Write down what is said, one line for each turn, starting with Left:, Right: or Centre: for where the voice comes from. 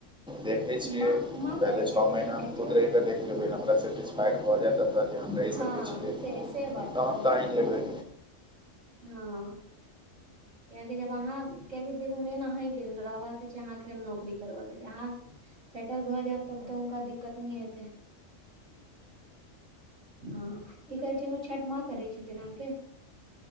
Centre: देखै पहले
Right: माँ माँ करै
Centre: छअ
Right: छथिन
Centre: महीना
Right: अहाँके
Centre: हम
Right: छठि
Centre: खुद रहि के देख लेबै हमरा सेटिस्फाइड भ जेएत त जे हम रहि
Right: हँ
Centre: सकै छियै
Right: से
Centre: तहन
Right: से बात कहलहुँ
Centre: त आइन लेबइ।
Right: हँ। कियाकि जब अहाँ कियकि देखू मेन अहींके रहबाक छै अहाँके नौकरी करबाक छै अहाँ सेटल भऽ जायब तब तऽ हुनका दिक्कत नै हेतैन। हँ ई कहै छलौं छठ मां करै छथिन अहाँके।